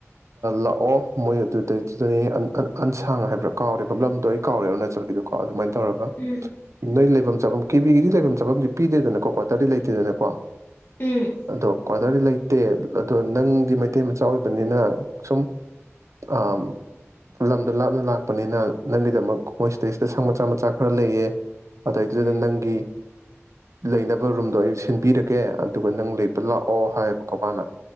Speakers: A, on the right; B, on the left.
A: ꯂꯥꯛꯑꯣ ꯃꯣꯏ ꯑꯗꯨꯗꯩꯗꯨꯗꯅꯦ ꯑꯟꯁꯥꯡ ꯍꯥꯏꯕ꯭ꯔꯥ ꯀꯥꯎꯔꯦꯕ ꯂꯝꯗꯣ ꯑꯩ ꯀꯥꯎꯔꯦ ꯑꯔꯨꯅꯥꯆꯜꯒꯤꯗꯣ ꯀꯣ ꯑꯗꯨꯃꯥꯏꯅ ꯇꯧꯔꯒ
B: ꯎꯝ
A: ꯅꯣꯏ ꯂꯩꯐꯝ ꯆꯥꯐꯝ ꯀꯦꯕꯤꯒꯤꯗꯤ ꯂꯩꯐꯝ ꯆꯥꯐꯝꯗꯤ ꯄꯤꯗꯦꯗꯅꯀꯣ ꯀ꯭ꯋꯥꯇꯔꯗꯤ ꯂꯩꯇꯦꯗꯅꯀꯣ
B: ꯎꯝ
A: ꯑꯗꯣ ꯑꯣꯗꯔꯗꯤ ꯂꯩꯇꯦ ꯑꯗꯣ ꯅꯪꯗꯤ ꯃꯩꯇꯩ ꯃꯆꯥ ꯑꯣꯏꯕꯅꯤꯅ ꯁꯨꯝ ꯑꯥ ꯂꯝꯗꯣ ꯂꯥꯞꯅ ꯂꯥꯛꯄꯅꯤꯅ ꯅꯪꯒꯤꯗꯃꯛ ꯃꯣꯏ ꯁꯤꯗꯩꯁꯤꯗ ꯁꯪ ꯃꯆꯥ ꯃꯆꯥ ꯈꯔ ꯂꯩꯌꯦ ꯑꯗꯩꯗꯨꯗ
B: ꯎꯝ
A: ꯅꯪꯒꯤ ꯂꯩꯅꯕ ꯔꯨꯝꯗꯣ ꯑꯩ ꯁꯤꯟꯕꯤꯔꯒꯦ ꯑꯗꯨꯒ ꯅꯪ ꯂꯩ ꯗ ꯂꯥꯛꯑꯣ ꯍꯥꯏꯌꯦꯕꯀꯣ ꯃꯥꯅ